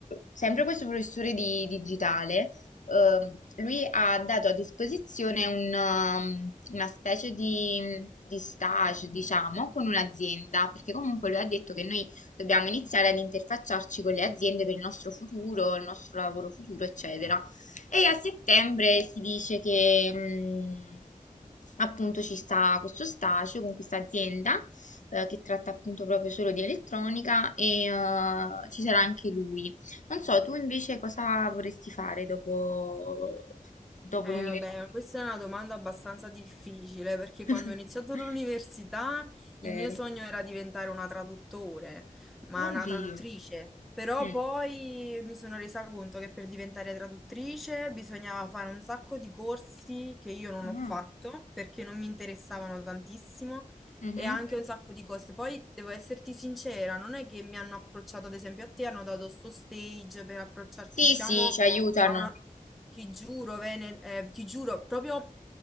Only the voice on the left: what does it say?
sempre questo professore di digitale, ehm, lui ha dato a disposizione un, ehm, una specie di, di stage, diciamo, con un'azienda, perché comunque lui ha detto che noi dobbiamo iniziare ad interfacciarci con le aziende per il nostro futuro, il nostro lavoro futuro, eccetera. E a settembre si dice che mh, appunto ci sta questo stagio con questa azienda eh, che tratta appunto proprio solo di elettronica e eh, ci sarà anche lui. Non so, tu invece cosa vorresti fare dopo, dopo
l'università?
<laughs>
Vero.
Oddio.
Mm.
Ah,
mhm.
Sì,
sì, ci aiutano.